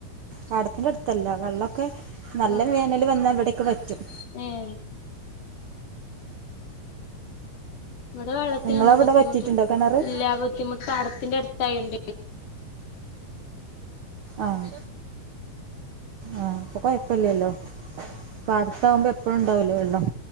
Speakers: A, on the right; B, on the left.
A: പാടത്തിന്റെ അട്ത്തല്ല വള്ളോക്കെ നല്ല
B: ആഹ്
A: വേ ന്നല് വന്നാൽ ഇവിടേക്ക് വറ്റും
B: ഏഹ് ഇവിടെ വെള്ളത്തിനൊന്നും
A: നിങ്ങളവിടെ
B: ബുദ്ധിമുട്ട്
A: വറ്റിയിട്ടുണ്ടോ കിണറ്
B: ഇല്ല ബുദ്ധിമുട്ട് പാടത്തിന്റെ അട്ത്തായോണ്ടേ
A: ആഹ് ആഹ് അപ്പൊ കൊയപ്പല്യല്ലോ പാടത്താവുമ്പഎപ്പഴുണ്ടാവൊല്ലോ വെള്ളം